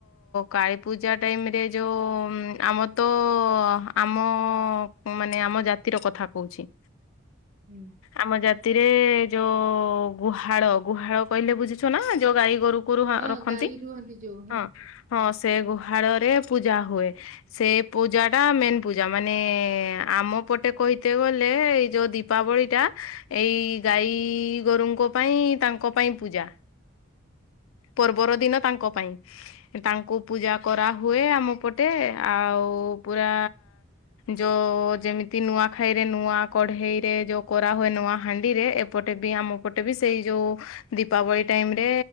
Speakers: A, on the left (about 75°); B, on the right (about 35°).
A: କାଳୀପୂଜା ଟାଇମରେ ଯୋଉ ଆମର ତ- ତ ଆମ ମାନେ ଆମ ଜାତିର କଥା କହୁଛି।
B: ହୁଁ।
A: ଆମ ଜାତିରେ ଯୋଉ ଗୁହାଳ ଗୁହାଳ କହିଲେ ବୁଝୁଛ ନା ଯୋଉ ଗାଈ ଗୋରୁ- ଗୁରୁ ମା
B: ହଁ
A: ରଖନ୍ତି।
B: ଗାଈ ରୁହନ୍ତି ଯୋଉ
A: ହଁ ହଁ ସେ ଗୁହା - ଗୁହାଳରେ ପୂଜା ହୁଏ ସେ ପୂଜା ଟା ମେନ୍ ପୂଜା ମାନେ ଆମ ପଟେ- କହିତେ ଗଲେ- ଏଇ ଯୋଉ ଦୀପାବଳିଟା ଏଇ ଗାଈ ଗୋରୁଙ୍କ ପାଇଁ ତାଙ୍କ ପାଇଁ ପୂଜା। ତା। ପର୍ବର ଦିନ ତାଙ୍କ ପାଇଁ। ତାଙ୍କୁ ପୂଜା କରାହୁୁଏ ଆମ ପଟେ ଆଉ- ଆଉ ପୁରା ଯ ଯେମିତି ନୂଆଖାଇରେ ନୂଆ କଢଇରେ ଯ କରାହେ - ହୁଏ ନୂଆ ହାଣ୍ଡି ରେ ଏପଟେ ବି ଆମ ପଟେ ବି ସେଇ ଯୋଉ ଦୀପାବଳି ଟାଇମ ରେ